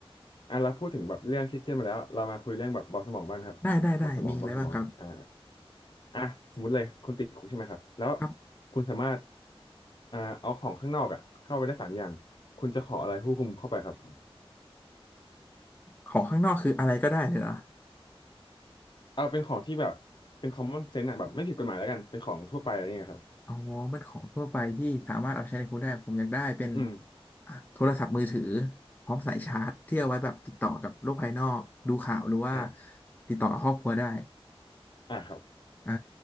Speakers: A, on the left (about 50°); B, on the left (about 15°).
A: อ่ะเราพูดถึงแบบเรื่องเครียดๆมาแล้วเรามาคุยเรื่องแบบเบาสมองบ้างครับเบาสมองเบาสมองอ่า
B: ได้ได้ได้มีอะไรบ้างครับ
A: อ่ะสมมติเลยคุณติดคุกใช่ไหมครับแล้ว
B: ครับ
A: คุณสามารถอ่าเอาของข้างนอกอ่ะเข้าไปได้สามอย่างคุณจะขออะไรผู้คุมเข้าไปครับ
B: ของข้างนอกคืออะไรก็ได้เลยนะ
A: เอาเป็นของที่แบบเป็น common sense อ่ะแบบไม่ผิดกฎหมายแล้วกันเป็นของทั่วไปอะไรเงี้ยครับ
B: อ๋อมันของทั่วไปที่สามารถเอาไปใช้ในครัวได้ผมอยากได้เป็น
A: อืม
B: อ่ะโทรศัพท์มือถือพร้อมสายชาร์จที่เอาไว้แบบติดต่อกับโลกภายนอกดูข่าวหรือว่า
A: อ่า
B: ติดต่อกับครอบครัวได้
A: อ่าครับ
B: อ่า